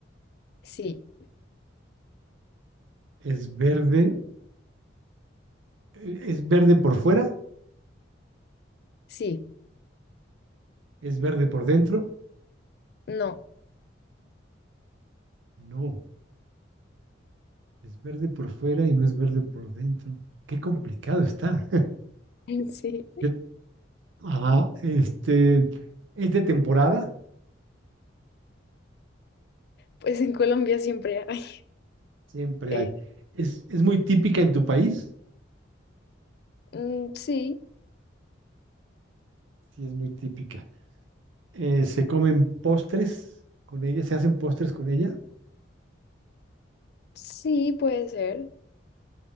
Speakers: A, on the left (about 55°); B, on the right (about 85°).
A: sí,
B: ¿Es verde? eh, ¿Es verde por fuera?
A: sí,
B: ¿Es verde por dentro?
A: no,
B: No, es verde por fuera y no es verde por dentro. Qué complicado está.
A: <laughs> sí.
B: <laughs> Yo Ajá, este, es de temporada,
A: Pues en Colombia siempre hay.
B: siempre
A: Eh,
B: hay. Es, es muy típica en tu país,
A: mm, sí,
B: sí, es muy típica. Eh, se comen postres con ella, se hacen postres con ella.
A: sí, puede ser.